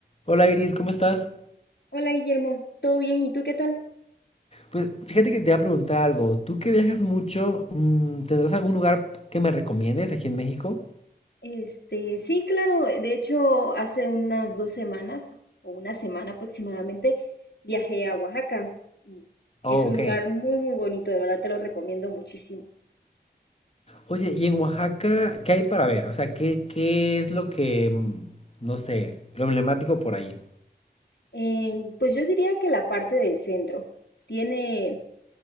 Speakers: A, on the left; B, on the left.
A: Hola Iris, ¿cómo estás?
B: Hola Guillermo, ¿todo bien? ¿Y tú qué tal?
A: Pues fíjate que te voy a preguntar algo. Tú que viajas mucho, mm, ¿tendrás algún lugar que me recomiendes aquí en México?
B: Este, sí, claro, de hecho hace unas dos semanas o una semana aproximadamente viajé a Oaxaca y
A: Oh,
B: es un
A: ok.
B: lugar muy muy bonito, de verdad te lo recomiendo muchísimo.
A: Oye, ¿y en Oaxaca qué hay para ver? O sea, ¿qué, qué es lo que, mm, no sé, lo emblemático por ahí?
B: Eh, pues yo diría que la parte del centro tiene